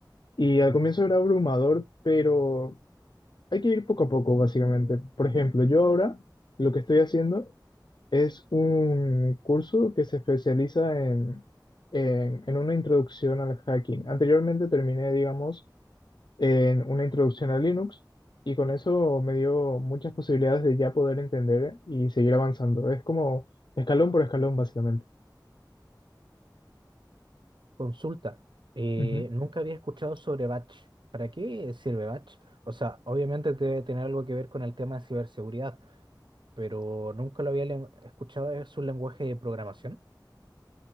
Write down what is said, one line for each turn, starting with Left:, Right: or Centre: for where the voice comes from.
Left: Y al comienzo era abrumador, pero hay que ir poco a poco, básicamente. Por ejemplo, yo ahora lo que estoy haciendo es un curso que se especializa en, en- en una introducción al hacking. Anteriormente terminé, digamos, en una introducción a Linux y con eso me dio muchas posibilidades de ya poder entender y seguir avanzando. Es como escalón por escalón, básicamente.
Right: Consulta, eh,
Left: Ujú.
Right: nunca había escuchado sobre Batch. ¿Para qué sirve Batch? O sea, obviamente debe tener algo que ver con el tema de ciberseguridad, pero nunca lo había len- escuchado, es un lenguaje de programación.